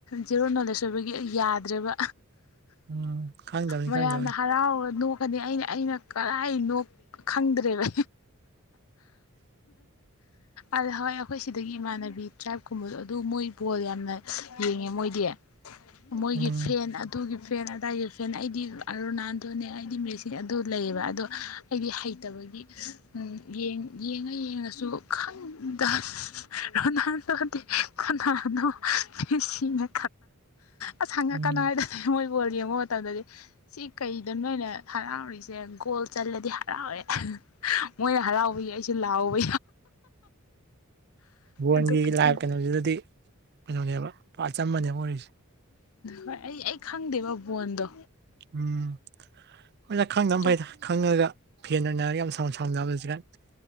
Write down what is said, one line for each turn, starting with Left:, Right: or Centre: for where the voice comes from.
Left: ꯖꯦꯔꯣ ꯅꯣꯂꯦꯖ ꯑꯣꯏꯕꯒꯤ ꯌꯥꯗ꯭ꯔꯦꯕ
Right: ꯎꯝ ꯈꯪꯗꯕꯅꯤ
Left: ꯃꯌꯥꯝꯅ
Right: ꯈꯪꯗꯕꯅꯤ
Left: ꯍꯔꯥꯎꯕ ꯅꯣꯛ ꯑꯩꯅ ꯑꯩꯅ ꯀꯗꯥꯥꯏ ꯂꯣꯛ ꯈꯪꯗ꯭ꯔꯦꯕ ꯑꯜ ꯍꯋꯥꯏ ꯑꯩꯈꯣꯏ ꯁꯤꯗꯒꯤ ꯏꯃꯥꯟꯅꯕꯤ ꯇ꯭ꯔꯥꯏꯞꯀꯨꯝꯕꯗꯣ ꯑꯗꯨ ꯃꯣꯏ ꯕꯣꯜ ꯌꯥꯝꯅ ꯌꯦꯡꯉꯦ ꯃꯣꯏꯗꯤ ꯃꯣꯏꯒꯤ
Right: ꯎꯝ
Left: ꯐꯦꯟ ꯑꯗꯨꯒꯤ ꯐꯦꯟ ꯑꯗꯨꯗꯥꯏꯒꯤ ꯐꯦꯟ ꯑꯩꯗꯤ ꯔꯣꯅꯥꯜꯗꯣꯅꯦ ꯑꯩꯗꯤ ꯃꯦꯁꯤ ꯑꯗꯨ ꯂꯩꯌꯦꯕ ꯑꯗꯣ ꯑꯩꯗꯤ ꯍꯩꯇꯕꯒꯤ ꯌꯦꯡ ꯌꯦꯡꯉ ꯌꯦꯡꯉꯁꯨ ꯈꯗ ꯔꯣꯅꯣꯗꯤ ꯀꯅꯥꯅꯣꯁꯤꯅ ꯑꯁ ꯍꯪꯉꯛꯀꯅꯥ
Right: ꯎꯝ
Left: ꯍꯥꯏꯔꯗꯅꯦ ꯃꯣꯏ ꯐꯨꯠꯕꯣꯜ ꯌꯦꯡꯕ ꯃꯇꯝꯗꯗꯤ ꯁꯤ ꯀꯩꯗ ꯅꯣꯏꯅ ꯍꯔꯥꯎꯔꯤꯁꯦ ꯒꯣꯜ ꯆꯜꯂꯗꯤ ꯇꯦ ꯃꯣꯏꯅ ꯍꯔꯥꯎꯕ ꯌꯥꯏ ꯑꯩꯁꯨ ꯂꯥꯎꯕ
Right: ꯍꯣꯟꯒꯤ
Left: ꯑꯗꯨ ꯈꯛꯇꯅꯤ
Right: ꯂ ꯀꯩꯅꯣꯁꯤꯗꯗꯤ ꯀꯩꯅꯣꯅꯦꯕ ꯄꯄꯥ ꯆꯝꯝꯕꯅꯦꯕ ꯋꯥꯔꯤꯔꯤꯁꯦ
Left: ꯍꯣꯏ ꯑꯩ ꯑꯩ ꯈꯪꯗꯦꯕ ꯕꯣꯟꯗꯣ
Right: ꯎꯝ ꯑꯩꯈꯣꯏꯅ ꯈꯪꯗꯅ
Left: ꯑꯇꯣꯞ
Right: ꯐꯩꯗ ꯈꯪꯉꯒ ꯐꯤ ꯌꯥꯝ ꯁ ꯁꯕꯖꯤꯒ